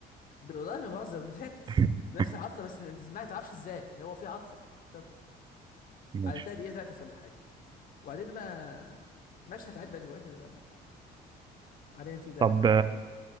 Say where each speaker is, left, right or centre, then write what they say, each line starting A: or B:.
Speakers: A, on the left (about 55°); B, on the right (about 25°).
A: ب- والله ما بهزر بتعطس
B: <laughs>
A: نفس العطسه بس ما بتسمعش ما تعرفش ازاي هو في عطسه تطلع
B: ماشي
A: هتلاقي دقيقة تعطس ولا حاجة وبعدين بقى مشهد عادي بقت كويسة دلوقتي حاليا في برق
B: طب
A: عندي